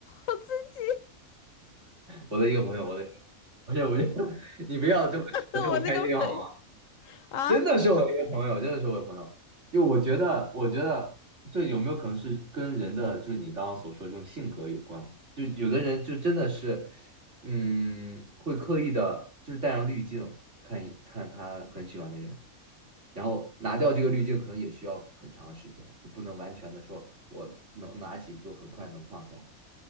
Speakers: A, on the left; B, on the right.
A: 我自己，
B: 我的一个朋友，我的一个，<laughs> 不是不是，<laughs> 你不要这么这么开心好吗？
A: <laughs> 我那个朋友啊，
B: 真的是我一个朋友，真的是我一个朋友。就我觉得，我觉得这有没有可能是跟人的，就是你刚刚所说的这种性格有关？就有的人就真的是，嗯，会刻意的，就是带上滤镜看一看他很喜欢的人，然后拿掉这个滤镜，可能也需要很长时间，就不能完全的说我能拿起就很快能放下。